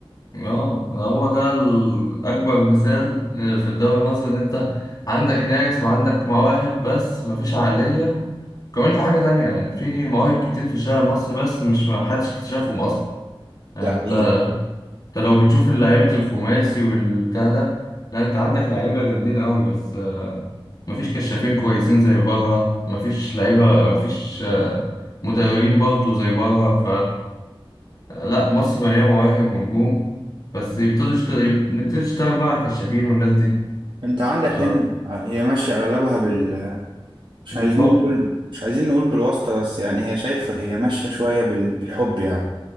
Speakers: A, on the left; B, on the right.
A: اه ده هو ده ال- اكبر مثال في الدوري المصري ان انت عندك ناس وعندك مواهب بس مفيش عقلية كمان في حاجة تانية يعني في مواهب كتير في الشارع المصري بس مش ما حدش اكتشفهم اصلا يعني
B: ده حقيقي
A: انت
B: فعلا.
A: انت لو بتشوف لعيبة الخماسي والبتاع ده لا انت عندك لعيبة جامدين قوي بس آه، مفيش كشافين كويسين زي بره مفيش لعيبة مفيش آه، مدربين برضو زي بره لا مصر مليانة مواهب ونجوم بس يبتدوا يشتغل نبتدي نشتغل بقى على الكشافين والناس دي
B: أنت عندك
A: آه،
B: هنا آه، هي ماشية أغلبها بال مش
A: بالحب
B: عايزين نقول مش عايزين نقول بالواسطة بس يعني هي شايفة هي ماشية شوية بال- بالحب يعني